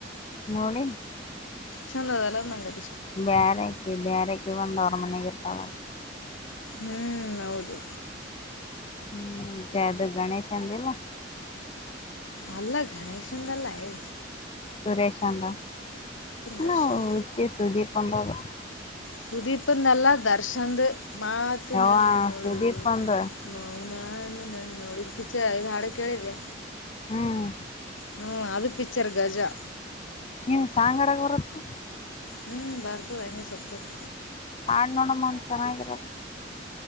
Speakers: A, on the left (about 30°); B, on the left (about 85°).
A: ನೋಡಿ
B: ಚಂದದ ಎಲ್ಲ ನಂಗ
A: ಬೇರೆ ಬೇರೆಕ್ಕೆ ಒಂದು ಅವ್ರ ಮನೆ ಇರ್ತಾವ
B: ಹ್ಮ್ ಹೌದು
A: ಹ್ಮ್ ಜೆ ಅದು ಗಣೇಶ್ ಅಂದಿಲ್ಲ
B: ಅಲ್ಲ ಗಣೇಶ್ಂದಲ್ಲ ಯ
A: ಸುರೇಶ್ ಅಂದಚಿ
B: ದರ್ಶನ್
A: ಸುದೀಪ್ ಒಂದಾಗ <unintelligible>
B: ಸುದೀಪಂದಲ್ಲ ದರ್ಶನ್ದು ಮಾತು
A: ಯವ್ವ
B: ನನ್ನೋಳು
A: ಸುದೀಪ್ ಅಂದ
B: ಮೌನಾನು ನನ್ನೋಳು <unintelligible> ಚ ಇದು ಹಾಡು ಕೇಳಿದೆರೆ
A: ಹ್ಮ್
B: ಹ್ಮ್ ಅದು ಪಿಚರ್ ಗಜಾ
A: ನೀವು ಸಾಂಗಡಾಗ ಬರತ್ತ
B: ಹ್ಮ್ ಬಾರತ ಆಂಗೆ ಸಬ್ ಸಬ್
A: ಆಡ್ ನೋಡಮ್ಮನ್ ಚೆನ್ನಾಗಿರದು